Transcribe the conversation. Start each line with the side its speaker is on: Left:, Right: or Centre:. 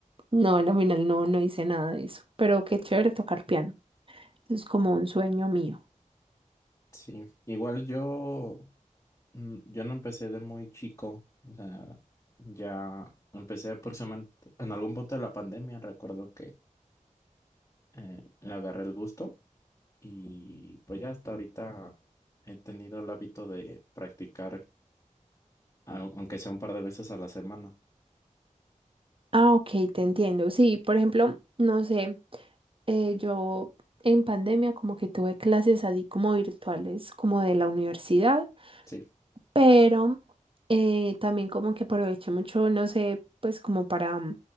Right: No, a la final no, no hice nada de eso, pero qué chévere tocar piano. Eso es como un sueño mío.
Left: sí. Igual yo, mm, yo no empecé de muy chico. O sea, ya empecé aproximadamente en algún punto de la pandemia. Recuerdo que eh, le agarré el gusto y pues ya hasta ahorita he tenido el hábito de practicar au- aunque sea un par de veces a la semana.
Right: Ah, ok, te entiendo. Sí, por ejemplo, no sé, eh, yo en pandemia como que tuve clases así como virtuales, como de la universidad,
Left: Sí,
Right: pero eh, también como que aproveché mucho, no sé, pues como para...